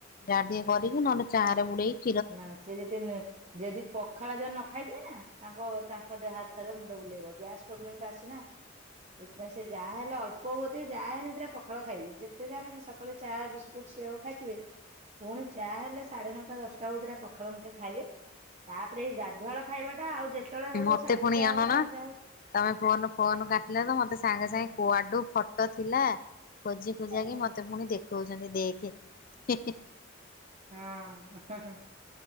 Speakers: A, on the left; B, on the right.
A: ଯାହା ଟିକେ କରିକି ନ ହେଲେ ଚା ରେ ବୁଡେଇ କି।
B: ନା ସେ ଯଦି ଯଦି ପ ପଖାଳ ଯଦି ନ ଖାଇଥିବେ ନା ତାଙ୍କ ତାଙ୍କ ଦେହ ହାତ ଥରିବ ମୁଣ୍ଡ ବୁଲେଇବ ଗ୍ୟାସ ପ୍ରବ୍ଲେମ୍ ଟା ଅଛି ନା। ସେଥିପାଇଁ ସେ ଯାହା ହେଲେ ଅଳ୍ପ <unintelligible> ଯାହା ହେଲେ ଦିଟା ପଖାଳ ଖାଇବେ ଯେତେ ଯାହା ଖାଇଥାନ୍ତୁ ସଖାଳୁ ଚା, ବିସ୍କୁଟ, ସେଓ ଖଇଥିବେ ପୁଣି ଚା ହେଲେ ସାଢେ ନଅ ଟା ଦଶଟା ଚଉଦ୍ରା ପଖାଳ ମୁଠେ ଖାଇବେ ତା ପରେ ଗାଧୁଆଳ ଖାଇବାଟା ଆଉ ଯେତେ ଯେତେବେଳେ ହେଉ
A: ମତେ
B: ସାଢେ
A: ପୁଣି
B: ଦିଇ ଟା
A: ଆଣ
B: ହେଉ
A: ନା
B: ତିନି ଟା ହେଉ।
A: ତମେ ଫୋନ ଫୋନ କାଟିଲ ତ ମତେ କୁଆଡୁ ଫୋଟ ଥିଲା। ଖୋଜି ଖୋଜା କି
B: ହୁଁ
A: ମତେ ପୁଣି ଦେଖଉଛନ୍ତି ଦେଖେ ହେଁ।
B: ହାଁ।